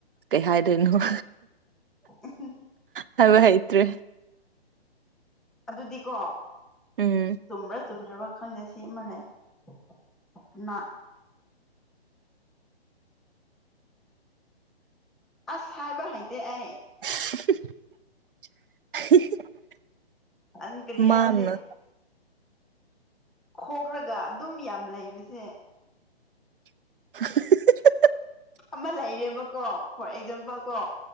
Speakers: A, on the right; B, in the centre.
A: ꯀꯩ ꯍꯥꯏꯗꯣꯏꯅꯣ
B: ꯎ
A: ꯍ ꯍꯥꯏꯥꯏꯇꯦ
B: ꯑꯗꯨꯗꯤꯀꯣ
A: ꯎꯝ
B: ꯆꯨꯝꯕ꯭ꯔꯥ ꯆꯨꯝꯗ꯭ꯔ ꯈꯪꯗꯕꯁꯤꯃ ꯂꯩꯩꯅꯥ ꯑꯁ ꯍꯥꯏꯕ ꯍꯥꯏꯩꯇꯦ ꯑꯩ
A: <unintelligible>
B: ꯑ ꯀꯔꯤ ꯌꯥ
A: ꯃꯥꯅ
B: ꯑꯗꯨꯗꯤ ꯈꯣꯛ꯭ꯔꯒ ꯑꯗꯨꯝ ꯌꯥꯝ ꯂꯩꯕꯁꯦ
A: <unintelligible>
B: ꯑꯃ ꯂꯩꯔꯦꯕꯀꯣ ꯐꯣꯔ ꯑꯦꯛꯖꯥꯝꯄꯜ ꯀꯣ